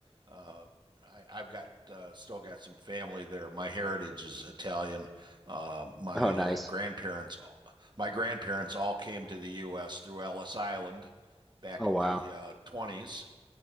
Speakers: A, on the right; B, in the centre.
A: uh, I, I've got uh, still got some family there. My heritage is Italian. Uh, my
B: Oh, nice.
A: uh, grandparents, my grandparents all came to the U.S. through Ellis Island back
B: Oh,
A: in
B: wow.
A: the uh, 20s.